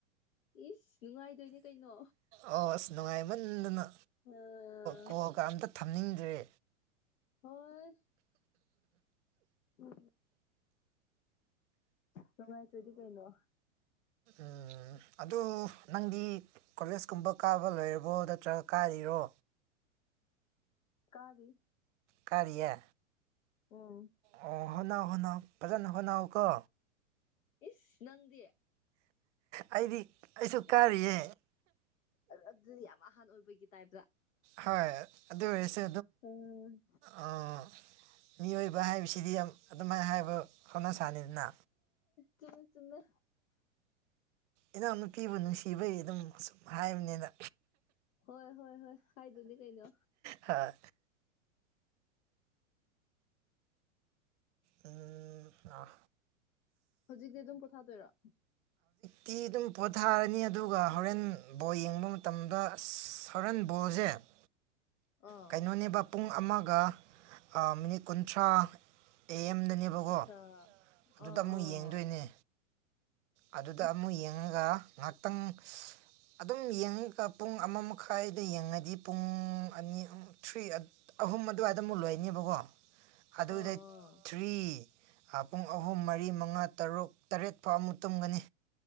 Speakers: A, on the left; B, on the right.
A: ꯏꯁ ꯅꯨꯡꯉꯥꯏꯗꯣꯏꯅꯦ ꯀꯩꯅꯣ
B: ꯑꯣ ꯑꯁ ꯅꯨꯡꯉꯥꯏꯃꯟꯗꯅ
A: ꯑꯥ
B: ꯀꯣꯒ ꯑꯝꯇ ꯊꯝꯅꯤꯡꯗ꯭ꯔꯦ
A: ꯍꯣꯏ ꯎ ꯅꯨꯡꯉꯥꯏꯇ꯭ꯔꯗꯤ ꯀꯩꯅꯣ
B: ꯎ ꯑꯗꯨ ꯅꯪꯗꯤ ꯀꯣꯂꯦꯖꯀꯨꯝꯕ ꯀꯥꯕ ꯂꯣꯏꯔꯕꯣ ꯅꯠꯇ꯭ꯔꯒ ꯀꯥꯔꯤꯔꯣ
A: ꯀꯥꯕꯤ
B: ꯀꯔꯤꯌꯥ
A: ꯑꯣ
B: ꯑꯣ ꯍꯅꯥ ꯍꯅ ꯐꯖꯅ ꯍꯅꯥꯎ ꯀꯣ
A: ꯏꯁ ꯅꯪꯗꯤ
B: ꯑꯩꯗꯤ ꯑꯩꯁꯨ ꯀꯥꯔꯤꯌꯦ
A: ꯎ ꯑꯗꯨꯗꯤ ꯌꯥꯝ ꯑꯍꯥꯟ ꯑꯣꯏꯕꯒꯤ ꯇꯥꯏꯞꯇ
B: ꯍꯣꯏ ꯑꯗꯨ ꯑꯣꯏꯁꯦ
A: ꯎꯝ
B: ꯑꯥ ꯃꯤꯑꯣꯏꯕ ꯍꯥꯏꯕꯁꯤꯗꯤ ꯑꯗꯨꯃꯥꯏꯅ ꯍꯥꯏꯕ ꯍꯣꯠꯅꯁꯥꯅꯤꯗꯅ
A: ꯆꯣ ꯆꯃꯦ
B: ꯏꯅꯥꯎ ꯅꯨꯄꯤꯕꯨ ꯅꯨꯡꯁꯤꯕꯩ ꯑꯗꯨꯝ ꯁꯁꯨꯝ ꯍꯥꯏꯕꯅꯤꯅ
A: ꯍꯣꯏ ꯍꯣꯏ ꯍꯣꯏ ꯍꯥꯏꯗꯅꯦ ꯀꯩꯅꯣ
B: ꯍꯣꯏ ꯎꯝ ꯑ
A: ꯍꯧꯖꯤꯛꯇꯤ ꯑꯗꯨꯝ ꯄꯣꯊꯥꯗꯣꯏꯔꯣ
B: ꯇꯤ ꯑꯗꯨꯝ ꯄꯣꯊꯥꯔꯅꯤ ꯑꯗꯨꯒ ꯍꯣꯔꯦꯟ ꯕꯣꯜ ꯌꯦꯡꯕ ꯃꯇꯝꯗ ꯑ ꯍꯣꯔꯦꯟ ꯕꯣꯜꯁꯦ <unintelligible> <unintelligible>
A: ꯑꯥ
B: ꯀꯩꯅꯣꯅꯦꯕ ꯄꯨꯡ ꯑꯃꯒ ꯃꯤꯅꯤꯠ ꯀꯨꯟꯊ꯭ꯔꯥ ꯄ ꯑꯦꯝꯗꯅꯦꯕꯀꯣ
A: ꯑꯠꯆꯥ
B: ꯑꯗꯨꯗ
A: ꯑꯥ
B: ꯑꯃꯨꯛ
A: ꯑꯥ
B: ꯌꯦꯡꯗꯣꯏꯅꯦ ꯑꯗꯨꯗ
A: ꯑꯁ
B: ꯑꯃꯨꯛ ꯌꯦꯡꯉꯒ ꯉꯥꯏꯍꯥꯛꯇꯪ ꯑꯗꯨꯝ ꯌꯦꯡꯉꯒ ꯄꯨꯡ ꯑꯃ ꯃꯈꯥꯏꯗ ꯌꯦꯡꯉꯗꯤ ꯄꯨꯡ ꯑꯅꯤ ꯊ꯭ꯔꯤ ꯑꯍꯨꯝ ꯑꯗꯨꯋꯥꯏꯗ ꯑꯃꯨꯛ ꯂꯣꯏꯅꯦꯕꯀꯣ ꯑꯗꯨꯗꯩ
A: ꯑꯥ ꯑꯥ
B: ꯊ꯭ꯔꯤ ꯄꯨꯡ ꯑꯍꯨꯝ ꯃꯔꯤ ꯃꯉꯥ ꯇꯔꯨꯛ ꯇꯔꯦꯠ ꯐꯥꯎ ꯑꯃꯨꯛ ꯇꯨꯝꯒꯅꯤ